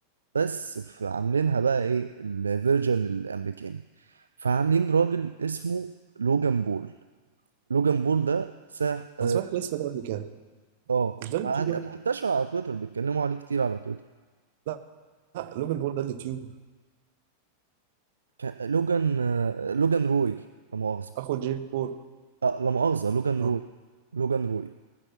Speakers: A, on the right (about 75°); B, on the right (about 55°).
A: بس في عاملينها بقى ايه الفيرجن الامريكاني فعاملين راجل اسمه لوجان بول لوجان بول ده ساح اه
B: انا سمعت الاسم ده قبل كده
A: آه،
B: مش ده اليوتيوبر
A: هتلاقي منتشر على تويتر بيتكلموا عليه كتير على تويتر
B: لا لا لوجان بول ده اليوتيوبر
A: كان- لوجان آه، لوجان روي لا مؤاخذة
B: اخو جيك بول
A: آه، لا مؤاخذة لوجان
B: اه
A: روي لوجان روي